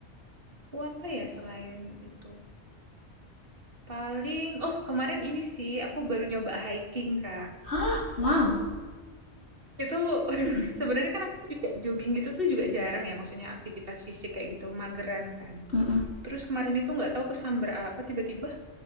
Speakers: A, on the right; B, on the left.
A: Aku apa ya selain itu? Paling oh kemarin ini sih aku baru nyoba hiking Kak.
B: Hah, wow,
A: Itu, <laughs> aduh,
B: serius?
A: sebenarnya kan aku juga jogging gitu tuh juga jarang ya, maksudnya aktivitas fisik kayak gitu, mageran kan.
B: Mhm,
A: Terus kemarin itu nggak tahu kesamber apa tiba-tiba